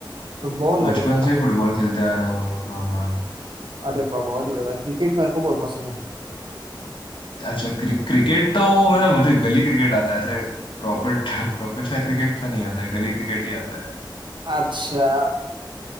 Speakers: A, on the right (about 70°); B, on the left (about 85°).
A: फुटबॉल
B: बचपन
A: अरे वाह
B: से फुटबॉल खेलते आ रहा हूँ हाँ हाँ
A: अरे वाह बहुत बड़े भाई क्रिकेट मेरे को बहुत पसंद है
B: अच्छा क्रि क्रिकेट तो मतलब मुझे गली क्रिकेट आता है ऐसे प्रॉपर <laughs> प्रोफेशनल क्रिकेट तो नहीं आता है गली क्रिकेट ही आता है
A: अच्छा